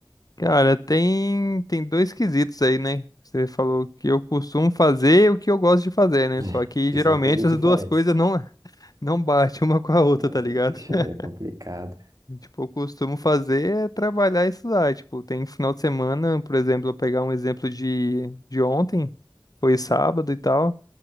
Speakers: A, on the left; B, on the right.
A: Cara, tem, tem dois quesitos aí, né? Você falou que eu costumo fazer e o que eu gosto de fazer, né?
B: <laughs>
A: Só que
B: Que
A: geralmente
B: são coisas
A: as
B: diferentes.
A: duas coisas não, <laughs> não batem uma com a outra,
B: Ai,
A: tá ligado?
B: Isso
A: <laughs>
B: aí é complicado.
A: Tipo, eu costumo fazer é trabalhar e estudar. Tipo, tem final de semana, por exemplo, eu pegar um exemplo de, de ontem, foi sábado
B: Sim,
A: e tal.